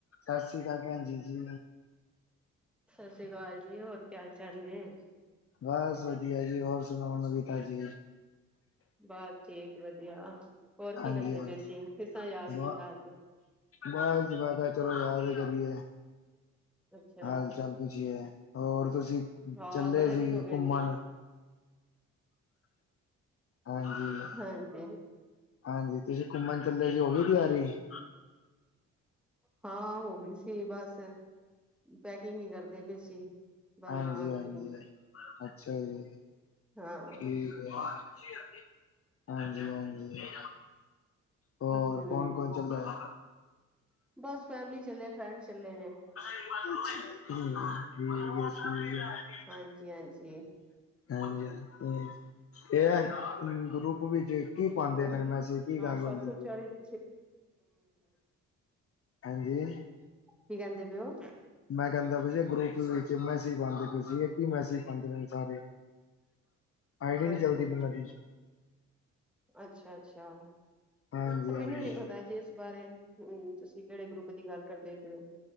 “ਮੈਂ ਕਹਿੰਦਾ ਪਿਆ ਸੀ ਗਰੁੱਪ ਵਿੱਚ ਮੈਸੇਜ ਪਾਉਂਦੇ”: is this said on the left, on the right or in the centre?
Left